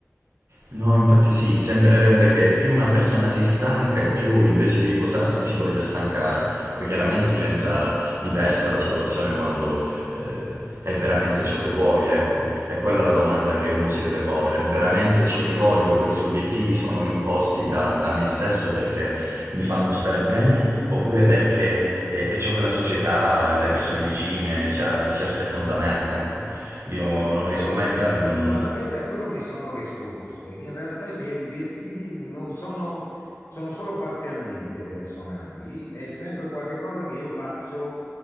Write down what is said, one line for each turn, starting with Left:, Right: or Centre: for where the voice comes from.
Right: No, infatti sì, sembrerebbe che più una persona si stanca e più invece di riposarsi si voglia stancare. Poi chiaramente
Left: Sì,
Right: diventa diversa la situazione quando eh, è veramente ciò che vuoi, ecco. È quella la domanda che uno si deve porre. È veramente ciò che voglio? Questi obiettivi sono imposti da, da me stesso perché mi fanno stare bene oppure perché eh, è ciò che la società, le persone vicine si, a- si aspettano da me, ecco. Io non riesco
Left: Io
Right: mai a darmi
Left: fortunatamente a quello mi sono risposto. In realtà i miei obiettivi non sono, sono solo parzialmente personali, è sempre qualcosa che io faccio